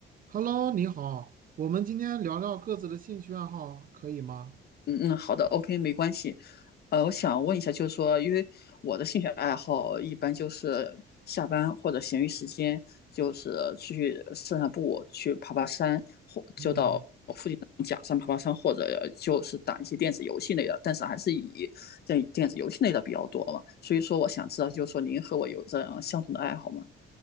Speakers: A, on the right (about 45°); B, on the left (about 55°).
A: Hello，你好，我们今天聊聊各自的兴趣爱好，可以吗？
B: 嗯嗯，好的，OK，没关系。呃，我想问一下，就是说，因为我的兴趣爱好一般就是下班或者闲余时间，就是出去散散步，去爬爬山，或就到附近的假山爬爬山，
A: 嗯，
B: 或者就是打一些电子游戏类的，但是还是以在电子游戏类的比较多嘛。所以说，我想知道，就是说您和我有这样相同的爱好吗？